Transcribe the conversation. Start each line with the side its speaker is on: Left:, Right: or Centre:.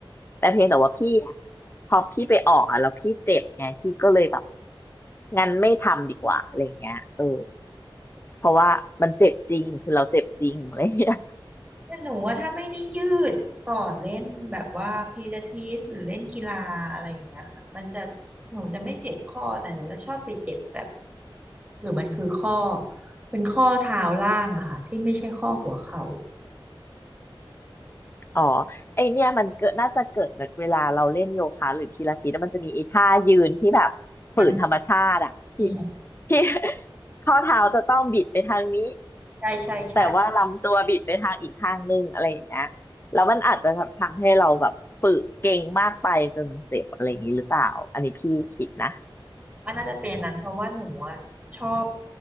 Left: แต่เพียงแต่ว่าพี่อะพอพี่ไปออกอ่ะแล้วพี่เจ็บไงพี่ก็เลยแบบงั้นไม่ทำดีกว่าอะไรเงี้ยเออเพราะว่ามันเจ็บจริงคือเราเจ็บจริงอะไรเงี้ย
Right: ๆแต่หนูว่าถ้าไม่ได้ยืดก่อนเล่นแบบว่าพิลาทิสหรือเล่นกีฬาอะไรอย่างเงี้ยค่ะมันจะหนูจะไม่เจ็บข้อแต่หนูจะชอบไปเจ็บแบบหรือมันคือข้อเป็นข้อเท้าล่างอะค่ะที่ไม่ใช่ข้อหัวเข่า
Left: อ๋อไอเนี่ยมันเกิดน่าจะเกิดจากเวลาเราเล่นโยคะหรือพิลาทิสแล้วมันจะมีไอ้ท่ายืนที่แบบฝืนธรรมชาติอะที่
Right: งั้นเออ
Left: ที่ <laughs> ข้อเท้าจะต้องบิดไปทางนี้
Right: ใช่ใช่ใช่
Left: แต่ว่าลำตัวบิดไปทางอีกทางนึงอะไรอย่างเงี้ยแล้วมันอาจจะทำให้เราแบบฝึกเก่งมากไปจนมันเจ็บอะไรอย่างนี้หรือเปล่าอันนี้พี่คิดนะ
Right: ว่าน่าจะเป็นอันนั้นเพราะว่าหนูอะชอบ